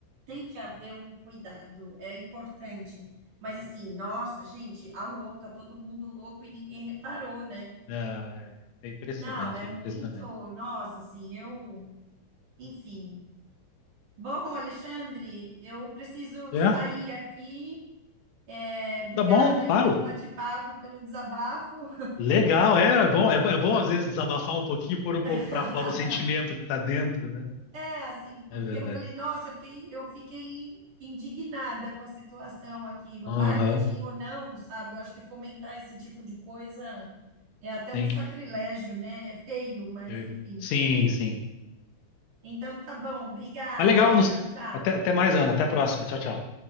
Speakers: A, on the right; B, on the left.
A: tem que haver um cuidado, é importante. Mas assim, nossa, gente, alô, tá todo mundo louco e ninguém reparou, né?
B: É, é impressionante,
A: Não, é muito,
B: é impressionante.
A: nossa, assim, eu, enfim. Bom, Alexandre, eu preciso
B: É,
A: sair aqui É, obrigada
B: tá bom, claro.
A: aí pelo bate-papo e pelo desabafo.
B: Legal, é, é bom, é, é bom às vezes desabafar um pouquinho, pôr um pouco
A: <laughs>
B: pra fora o sentimento que tá dentro, né?
A: É, assim, porque
B: É verdade.
A: eu falei, nossa, eu fiquei, eu fiquei indignada com a situação aqui. Marketing
B: Aham,
A: ou não, sabe? Eu acho que fomentar esse tipo de coisa é até um
B: sim.
A: sacrilégio, né? É feio, mas
B: Eu-
A: enfim.
B: Sim, sim.
A: Então tá bom, obrigada.
B: Mas legal,
A: Tchau,
B: nos-
A: tchau.
B: até, até mais, Ana. Até a próxima. Tchau, tchau.